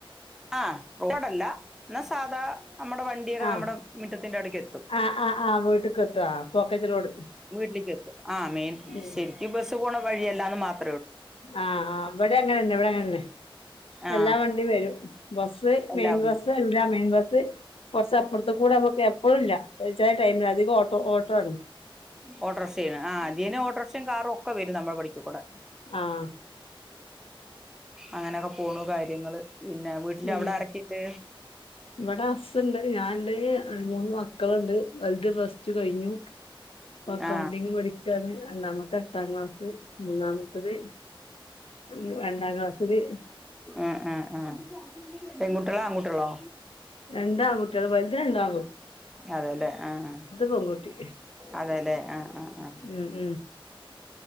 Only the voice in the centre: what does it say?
ആഹ് റോഡല്ല എന്നാ സാധാ നമ്മുടെ വണ്ടിയൊക്കെ
നമ്മുടെ മുറ്റത്തിന്റെ അവിടക്ക് എത്തും
വീട്ടിലേക്ക് എത്തും ആ മെയിൻ
ശരിക്ക് ബസ്സ് പോണ വഴിയല്ലാന്ന് മാത്രം
ആ
എല്ലാ
വണ്ടിയും
ഓട്രിഷ ആണ് അധീനം ഓഡ്രറക്ഷയും കാറൊക്കെവെരും നമ്മൾ പഠിക്കകൂടെ
അങ്ങനെയൊക്കെ പോണു കാര്യങ്ങള് പിന്നെ വീട്ടില്
അവിടെ ആരക്കിണ്ട്
ആ
ആഹ് ആഹ് ആ പെൺകുട്ടികളാ ആൺകുട്ടികളാ
അതെല്ലേ ആഹ്
അതെല്ലെ ആഹ് ആഹ് ആ